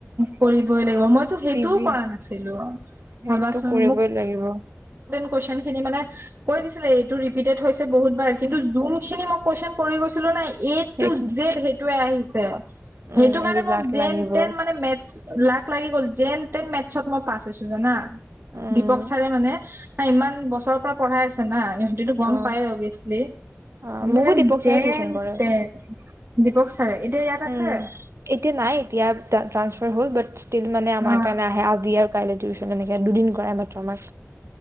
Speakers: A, on the right; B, on the right.
A: কৰি। কৰিবই লাগিব মইটো সেইটোও
B: প্ৰিভি
A: কৰা নাছিলো
B: সেইটো
A: ভাবাচোন
B: কৰিবই লাগিব
A: কুৱেশন খিনি মানে, কৈ দিছিলে এইটো ৰিপিটেড হৈছে বহুত বাৰ কিন্তু যোন খিনি মই কুৱেশন কৰি গৈছিলো নাই। এই
B: সেইখিনি
A: টু জেদ সেইটোৱে আহিছে সেইটো
B: উম এইটো
A: কাৰণে মই
B: লাক
A: জেন।
B: লাগিব
A: টেন মানে মেথছ। লাক লাগি গ'ল যেন তেন মেথছত মই পাছ হৈছো জানা।
B: উম
A: দীপক ছাৰে মানে। ইমান বছৰৰ পৰা পঢ়াই আছে না ইিহঁতেতটো গম
B: অ',
A: পায় অভিয়াচলি
B: অ',
A: আৰু
B: মোকো দীপক
A: যেন
B: চাৰে টিউচন কৰে
A: তেন দীপক ছাৰে। এতিয়া ইয়াত আছে
B: উম এতিয়া নাই এতিয়া। ট্ৰান্ফ হ'ল বাট ষ্টিল মানে আমাৰ
A: অ
B: কাৰণে আহে আজি আৰু কাইলে টিউছন এনেকে ইয়াত দুদিন কৰে মাত্ৰ আমাক।